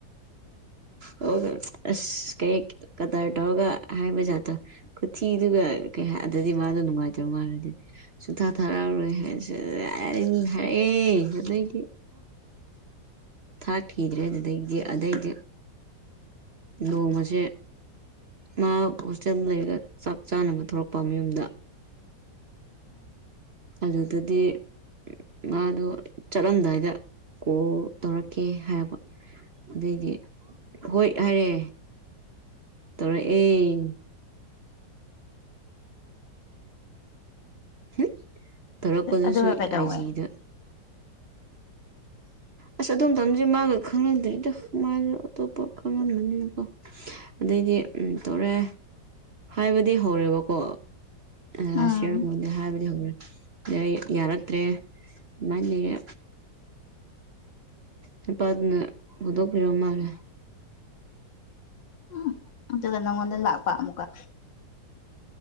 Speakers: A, on the right; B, on the left.
A: ꯑꯣ ꯑꯁ ꯀꯩ ꯀꯗꯥꯔ ꯇꯧꯔꯒ ꯍꯥꯏꯕ ꯖꯥꯠꯇꯣ ꯈꯨꯊꯤꯗꯨꯒ ꯀꯩ ꯑꯗꯨꯗꯤ ꯃꯥꯗꯣ ꯅꯨꯡꯉꯥꯏꯇꯕ ꯃꯥꯜꯂꯥꯗꯤ ꯁꯨꯊꯥ ꯊꯥꯔꯛꯑꯔꯣꯏ ꯍꯥꯏꯌꯦ ꯍꯥꯏꯔꯛꯑꯦ ꯑꯗꯒꯤ ꯊꯥꯔꯛꯈꯤꯗ꯭ꯔꯦ ꯑꯗꯨꯗꯩꯗꯤ ꯑꯗꯩꯗꯤ ꯅꯣꯡꯃꯁꯦ ꯃꯥ ꯍꯣꯁꯇꯦꯜ ꯂꯩꯔꯒ ꯆꯥꯛ ꯆꯥꯅꯕ ꯊꯣꯛꯂꯛꯄ ꯃꯌꯨꯝꯗ ꯑꯗꯨ ꯑꯗꯨꯗꯤ ꯃꯥꯗꯣ ꯆꯠꯂꯝꯗꯥꯏꯗ ꯀꯣꯜ ꯇꯧꯔꯛꯀꯦ ꯍꯥꯏꯕ ꯑꯗꯩꯗꯤ ꯍꯣꯏ ꯍꯥꯏꯔꯦ ꯇꯧꯔꯛꯑꯦ ꯍꯨꯝ ꯇꯧꯔꯛꯄꯗꯨꯁꯨ
B: ꯑꯗꯨꯒ ꯀꯩꯗꯧꯋꯦ
A: ꯑꯩꯥꯏꯖꯤꯗ ꯑꯁ ꯑꯗꯨ ꯃꯇꯥꯝꯗꯗꯤ ꯃꯥꯒ ꯈꯪꯅꯗ꯭ꯔꯤꯗ ꯃꯥꯁꯦ ꯑꯇꯣꯞꯄ ꯈꯪꯅꯔꯝꯒꯅꯤꯗ ꯑꯗꯩꯗꯤ ꯇꯧꯔꯛꯑꯦ ꯍꯥꯏꯕꯗꯤ ꯍꯧꯔꯦꯕꯀꯣ ꯂꯥꯢꯠ
B: ꯎꯝ
A: ꯌꯥꯔꯒꯗꯤ ꯍꯥꯏꯕꯗꯤ ꯍꯧꯔꯦ ꯑꯗꯩ ꯌꯥꯔꯛꯇ꯭ꯔꯦ ꯑꯗꯨꯃꯥꯏ ꯂꯨꯔꯦ ꯅꯨꯄꯥꯗꯨꯅ ꯍꯨꯗꯣꯛꯄꯤꯔꯥ ꯃꯥꯜꯂꯦ
B: ꯎꯝ ꯑꯗꯨꯒ ꯅꯪꯉꯣꯟꯗ ꯂꯥꯛꯄ ꯑꯃꯨꯛꯀ